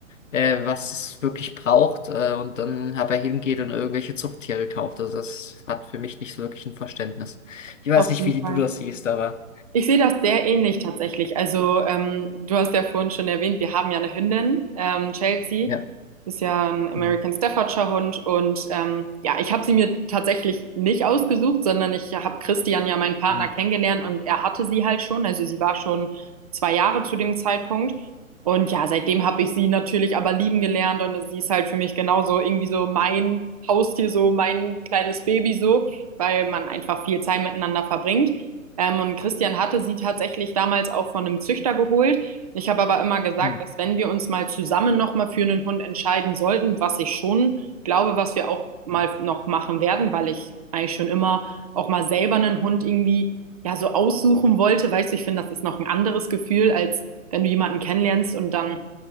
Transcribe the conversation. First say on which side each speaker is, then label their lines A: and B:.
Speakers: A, on the left (about 65°); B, on the right (about 30°).
A: äh, was es wirklich braucht, äh, und dann aber hingeht und irgendwelche Zuchttiere kauft. Also das hat für mich nicht so wirklich ein Verständnis. Ich weiß
B: auf
A: nicht,
B: jeden
A: wie
B: Fall.
A: du das siehst, aber
B: Ich sehe das sehr ähnlich tatsächlich. Also, ähm, du hast ja vorhin schon erwähnt, wir haben ja eine Hündin, ähm, Chelsea.
A: ja.
B: Ist ja ein American
A: Hm,
B: Staffordshire Hund. Und ähm, ja, ich habe sie mir tatsächlich nicht ausgesucht, sondern ich habe Christian ja meinen Partner
A: hm,
B: kennengelernt und er hatte sie halt schon. Also sie war schon zwei Jahre zu dem Zeitpunkt. Und ja, seitdem habe ich sie natürlich aber lieben gelernt und sie ist halt für mich genauso irgendwie so mein Haustier, so mein kleines Baby so, weil man einfach viel Zeit miteinander verbringt. Ähm, und Christian hatte sie tatsächlich damals auch von einem Züchter geholt. Ich habe aber immer gesagt,
A: hm,
B: dass wenn wir uns mal zusammen nochmal für einen Hund entscheiden sollten, was ich schon glaube, was wir auch
A: hm.
B: mal noch machen werden, weil ich eigentlich schon immer auch mal selber einen Hund irgendwie ja so aussuchen wollte. Weißt du, ich finde, das ist noch ein anderes Gefühl, als wenn du jemanden kennenlernst und dann